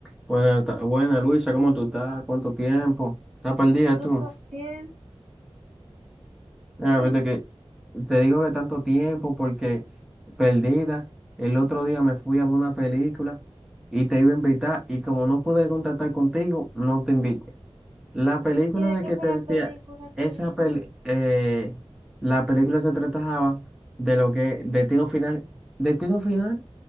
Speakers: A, in the centre; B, on the right.
A: Buena, ta- buena Luisa, ¿cómo tú estás? ¿Cuánto tiempo? ¿Estás perdida
B: Todo
A: tú?
B: bien.
A: Mira,
B: ¿Y,
A: fíjate que te digo que tanto tiempo porque perdida. El otro día me fui a ver una película y te iba a invitar y como no pude contactar contigo, no te invité. La película
B: y de
A: de
B: qué
A: que
B: fue
A: te
B: la
A: decía,
B: película que
A: esa
B: viste?
A: pel- eh, la película se trataba de lo que, Destino Final, Destino Final,